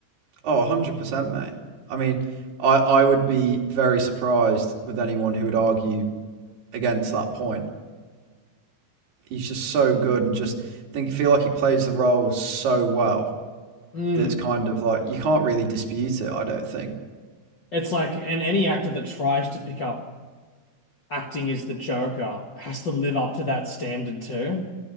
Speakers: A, on the right; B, on the left.
A: Oh, 100%, mate. I mean, I, I would be very surprised with anyone who would argue against that point. He's just so good and just think feel like he plays the role so well
B: Mm.
A: that it's kind of like you can't really dispute it, I don't think.
B: It's like, and any actor that tries to pick up acting as the Joker has to live up to that standard too.